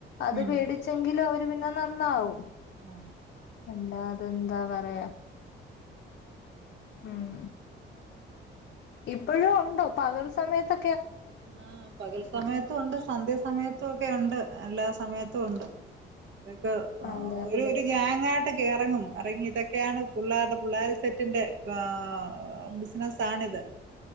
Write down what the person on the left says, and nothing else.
അത്
പേടിച്ചെങ്കിലെ അവര് പിന്നെ നന്നാവൂ
എന്താ അതെന്താ പറയാ ഉം ഇപ്പഴും ഉണ്ടോ പകൽ സമയത്തൊ
അതെ